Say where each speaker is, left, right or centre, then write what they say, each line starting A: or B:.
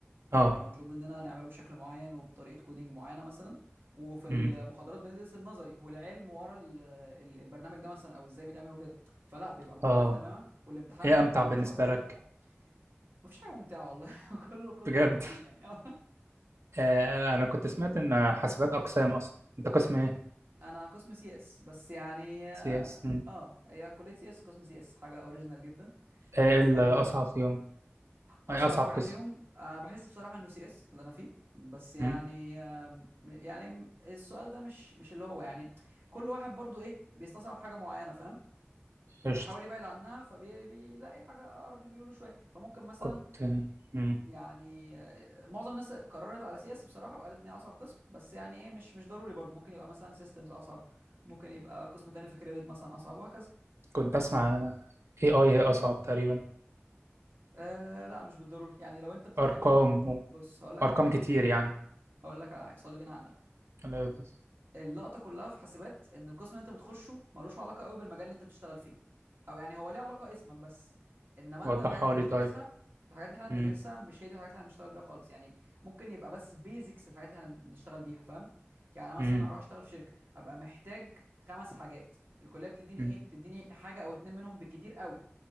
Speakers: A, on the right; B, on the right.
A: فمطلوب
B: آه
A: مننا نعمله بشكل معين وبطريقه كودينج معينه مثلا وفي المحاضرات
B: امم
A: بندرس النظري والعلم ورا ال- ال- البرنامج ده مثلا او ازاي بيتعملوا كده فلا بيبقى مختلف
B: آه
A: تماما والامتحان
B: إيه
A: ده
B: أمتع
A: بيبقى
B: بالنسبة
A: ملوش علاقه بده
B: لك؟
A: مفيش حاجه ممتعه والله <laughs> كله كله
B: بجد
A: خوازيق يعني <laughs>
B: آه أنا كنت سمعت إن حاسبات أقسام أصلا أنت قسم إيه؟
A: انا قسم سي اس بس يعني اه
B: سي إس
A: آه، هي كليه سي اس قسم سي اس حاجه اوريجينال جدا
B: إيه
A: بس
B: الأصعب
A: يعني ماشي
B: فيهم؟
A: اصعب
B: أي أصعب
A: حاجه
B: قسم؟
A: فيهم انا بحس بصراحه انه سي اس اللي انا فيه بس يعني
B: امم
A: آم، يعني السؤال ده مش مش اللي هو يعني كل واحد برضو ايه بيستصعب حاجه معينه فاهم فبيحاول
B: قشطة
A: يبعد عنها فبيلاقي حاجه اقرب لميوله شويه فممكن مثلا
B: كنت مم.
A: يعني آه، معظم الناس قررت على سي اس بصراحه وقالت ان هي اصعب قسم بس يعني ايه مش مش ضروري برضو ممكن يبقى مثلا سيستمز اصعب ممكن يبقى قسم تاني في كريدت مثلا اصعب وهكذا
B: كنت أسمع AI هي أصعب تقريبا
A: آه لا مش بالضروري يعني لو انت بتتكلم
B: أرقام و...
A: بص هقول لك
B: أرقام
A: على حاجه
B: كتير يعني
A: هقول لك على حاجه صلي بينا على النبي
B: لا، يا دكتور،
A: اللقطه كلها في حاسبات ان القسم اللي انت بتخشه ملوش علاقه قوي بالمجال اللي انت بتشتغل فيه او يعني هو ليه علاقه اسما بس انما انت
B: وضحها
A: الحاجات اللي
B: لي
A: بتدرسها
B: طيب
A: الحاجات اللي احنا بندرسها
B: مم.
A: مش هي دي الحاجات اللي هنشتغل بيها خالص يعني ممكن يبقى بس بيزكس الحاجات اللي احنا بنشتغل بيها فاهم يعني انا مثلا
B: مم.
A: هروح اشتغل في شركه هبقى محتاج خمس حاجات الكليه بتديني
B: مم.
A: ايه بتديني حاجه او اتنين منهم بالكتير قوي